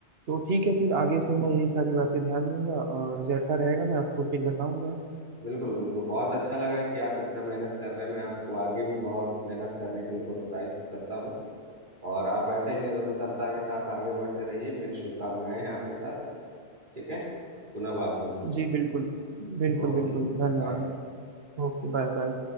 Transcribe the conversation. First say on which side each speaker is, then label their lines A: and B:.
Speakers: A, on the right (about 55°); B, on the right (about 40°).
A: तो ठीक है फिर आगे से मैं यही सारी बातें ध्यान दूंगा और जैसा रहेगा मैं आपको फिर बताऊंगा
B: बिल्कुल बिल्कुल बहुत अच्छा लगा कि आप इतना मेहनत कर रहे हैं मैं आपको आगे भी बहुत मेहनत करने के लिए प्रोत्साहित करता हूँ और आप ऐसा ही निरंतरता के साथ आगे बढ़ते रहिए मेरी शुभकामनाएं हैं आपके साथ ठीक है पुनः बात होगी
A: जी बिल्कुल बिल्कुल
B: Okay
A: बिल्कुल
B: okay
A: धन्यवाद
B: बाय
A: Okay bye bye